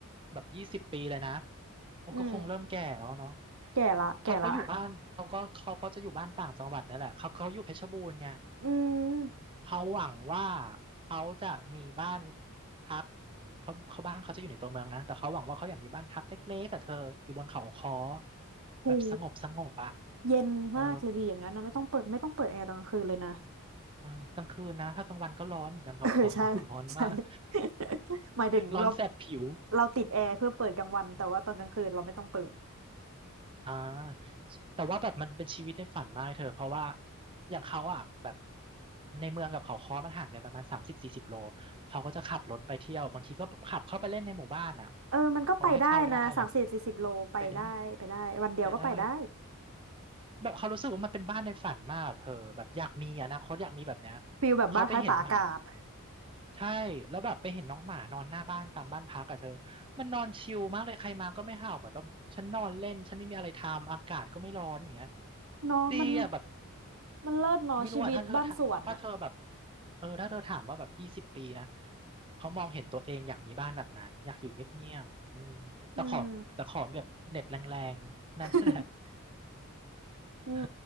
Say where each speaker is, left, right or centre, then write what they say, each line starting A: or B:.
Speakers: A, on the right; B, on the right.
A: แบบยี่สิบปีเลยนะโอ้ก็คงเริ่มแก่แล้วเนาะ
B: อืมแก่ละแก่ละ
A: เขาก็อยู่บ้านเขาก็เขาก็จะอยู่บ้านต่างจังหวัดนั่นแหละเขาเขาอยู่เพชรบูรณ์ไง
B: อืม
A: เขาหวังว่าเขาจะมีบ้านพักเขาเขาบ้านเขาจะอยู่ในตัวเมืองนะแต่เขาหวังว่าเขาอยากมีบ้านพักเล็กๆกับเธออยู่บนเขาค้อ
B: หู
A: แบบสงบสงบอ่ะ
B: เย็นมากเลยดีอย่างนั้นนะไม่ต้องเปิดไม่ต้องเปิดแอร์ตอนกลางคืนเลยนะ
A: เออ อ่ากลางคืนนะถ้ากลางวันก็ร้อนเหมือนกันเขาคอ
B: <laughs> เออใช่
A: <laughs> ร้อนมาก
B: ใช่ <laughs> หมายถึงเรา
A: ร้อนแสบผิว
B: เราติดแอร์เพื่อเปิดกลางวันแต่ว่าตอนกลางคืนเราไม่ต้องเปิด
A: อ่าแต่ว่าแบบมันเป็นชีวิตในฝันมากเธอเพราะว่าอย่างเขาอ่ะแบบในเมืองกับเขาค้อมันห่างกันประมาณสามสิบสี่สิบโลเขาก็จะขับรถไปเที่ยวบางทีก็ขับเข้าไปเล่นในหมู่บ้านอ่ะ
B: เออมันก็ไปได้นะสามสิบสี่สิบโลไปได้ไปได้วันเดียวก็ไปได้
A: เขาให้เข้าได้ไงไปได้ไปได้แบบเขารู้สึกว่ามันเป็นบ้านในฝันมากอะเธอแบบอยากมีอนาคตอยากมีแบบเนี้ย
B: ฟีลแบบบ้านพักตากอากาศ
A: เขาไปเห็นหมา ใช่แล้วแบบไปเห็นน้องหมานอนหน้าบ้านตามบ้านพักอะเธอมันนอนชิลมากเลยใครมาก็ไม่เห่าเหมือนแบบฉันนอนเล่นฉันไม่มีอะไรทำอากาศก็ไม่ร้อนอย่างเงี้ย
B: เนาะมัน
A: ดีอะแบบ
B: มันเลิศเนาะชีวิตบ้านสวนอะ
A: ไม่รู้อะถ้าเธอถ้าถ้าเธอแบบเออถ้าเธอถามว่าแบบยี่สิบปีนะเขามองเห็นตัวเองอยากมีบ้านแบบนั้นอยากอยู่เงียบๆอืมแต่ขอแต่ขอแบบเน็ตแรงๆนั่นแหละ
B: อืม <laughs> อืม
A: เออ